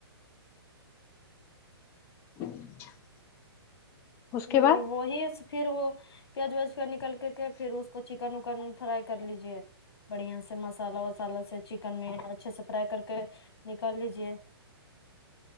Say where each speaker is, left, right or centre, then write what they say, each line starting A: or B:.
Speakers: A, on the left (about 20°); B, on the left (about 65°).
A: <inaudible> اس
B: پھر
A: کے بعد
B: وہی اس پھر وہ پیاز ویاز کا نکل کر کے پھر اس کو چکن وکن فرائی کر لیجے بڑھیا سے مسالہ وسالا سے چکن میں اچھے سے فرائی کر کے نکال لیجے